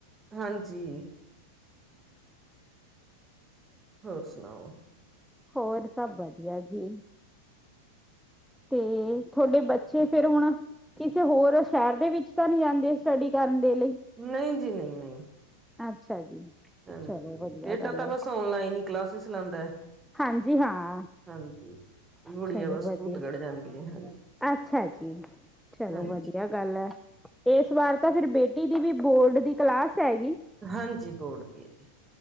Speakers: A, on the right; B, in the centre.
A: ਹਾਂਜੀ। ਹੋਰ ਸੁਣਾਓ?
B: ਹੋਰ ਸਭ ਵਧੀਆ ਜੀ। ਤੇ ਤੁਆਡੇ ਬੱਚੇ ਫੇਰ ਹੁਣ ਕਿਸੇ ਹੋਰ ਸ਼ਹਿਰ ਦੇ ਵਿੱਚ ਤਾਂ ਨੀ ਜਾਂਦੇ, ਸਟੱਡੀ ਕਰਨ ਦੇ ਲਈ?
A: ਨਈ ਜੀ, ਨਈ-ਨਈ।
B: ਅੱਛਾ ਜੀ।
A: ਹਾਂਜੀ,
B: ਚਲੋ ਵਧੀਆ
A: ਬੇਟਾ
B: ਗੱਲ
A: ਤਾਂ
B: ਹੈ
A: ਬਸ ਔਨਲਾਈਨ ਈ ਕਲਾਸਿਸ ਲਾਂਦੈ।
B: ਹਾਂਜੀ ਹਾਂ।
A: ਹਾਂਜੀ। ਗੁੜੀਆ
B: ਚਲੋ
A: ਬਸ
B: ਵਧੀਆ
A: ਭੂਤਗੜ
B: ਏ।
A: ਜਾਂਦੀ ਹੈ ਹਾਂਜੀ
B: ਅੱਛਾ ਜੀ, ਚਲੋ
A: ਹਾਂਜੀ
B: ਵਧੀਆ। ਗੱਲ ਐ। ਏਸ ਵਾਰ ਤਾਂ ਫਿਰ ਬੇਟੀ ਦੀ ਵੀ ਬੋਰਡ ਦੀ ਕਲਾਸ ਹੈਗੀ।
A: ਹਾਂਜੀ, ਬੋਰਡ ਦੀ ਐ ਜੀ।